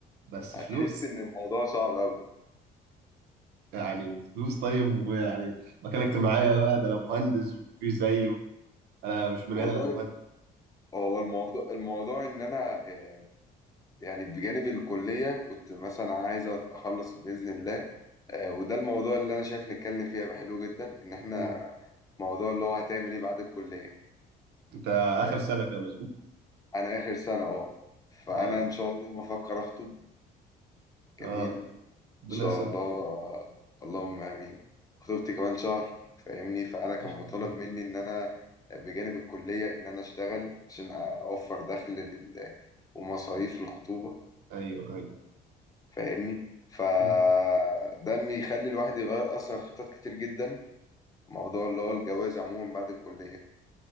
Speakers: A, on the right; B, on the left.
A: بس
B: هتحس
A: فلوس
B: ان الموضوع صعب قوي
A: يعني الفلوس طيب ويعني مكانك معايا بقى ده انا مهندس ومفيش زيي و... انا مش بني
B: والله
A: ادم انا مهندس
B: هو الموضوع الموضوع ان انا آه، يعني بجانب الكلية كنت مثلا عايز أخلص بإذن الله آه، وده الموضوع اللي أنا شايف نتكلم فيه هيبقى حلو جدا إن إحنا
A: مم.
B: موضوع اللي هو هتعمل إيه بعد الكلية
A: انت اخر
B: آه،
A: سنة كده مظبوط
B: أنا آخر سنة أه فأنا
A: اه
B: إن شاء الله بفكر أخطب جميل
A: اه
B: إن
A: ربنا
B: شاء
A: يسلمك
B: الله اللهم آمين خطوبتي كمان شهر فاهمني فأنا كان
A: ما شاء
B: مطالب
A: الله
B: مني إن أنا آه، بجانب الكلية إن أنا أشتغل عشان أوفر دخل لل- ومصاريف للخطوبة
A: ايوه ايوه
B: فاهمني فده
A: مم.
B: بيخلي الواحد يغير اصلا خطط كتير جدا موضوع اللي هو الجواز عموما بعد الكلية